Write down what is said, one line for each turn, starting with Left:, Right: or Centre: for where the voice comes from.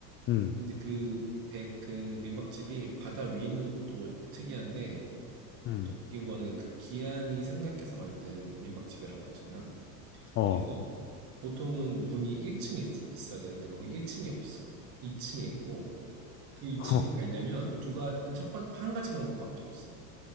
Left: 음.
Right: 근데 그, 배, 그 민박집이 바다 위에 있는 것도 특이한데
Left: 음.
Right: 또 웃긴 거는 그 기한이 생각해서 만든 민박집이라고 했잖아.
Left: 어.
Right: 그래서 보통은 문이 1층에 있, 있어야 되는데 거기 1층이 없어. 2층에 있고 그 2층을
Left: <laughs>
Right: 가려면 두 가, 첫 번, 한 가지 방법밖에 없어.